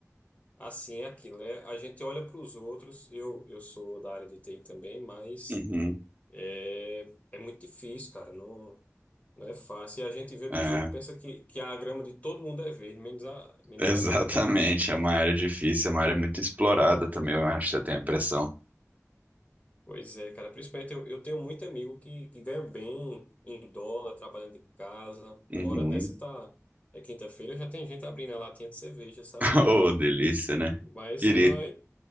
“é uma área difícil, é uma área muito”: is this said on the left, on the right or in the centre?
Right